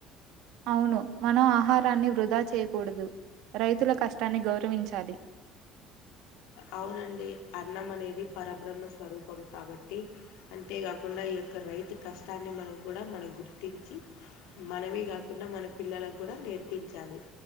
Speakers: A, on the right (about 60°); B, on the left (about 80°).
A: అవును మనం ఆహారాన్ని వృద్ దా చెయ్ కూడదు రైతుల కష్ టన్ని గౌరవించాలి
B: అవునండి అన్నం అనేది పరబ్రహ్మ స్వరూపం కాబట్టి అంతేకాకుండా ఈ యొక్క రైతు కష్టాన్ని మనం కూడా మనం గుర్తించి మనమే కాకుండా మన పిల్లలకు కూడా నేర్పించాలి